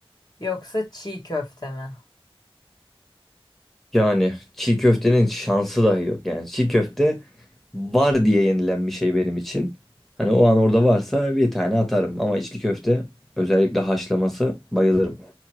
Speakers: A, on the left; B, in the centre.
A: yoksa çiğ köfte mi?
B: Yani çiğ köftenin şansı dahi yok. Yani çiğ köfte var diye yenilen bir şey benim için. Hani o an orada varsa bir tane atarım. Ama içli köfte özellikle haşlaması bayılırım.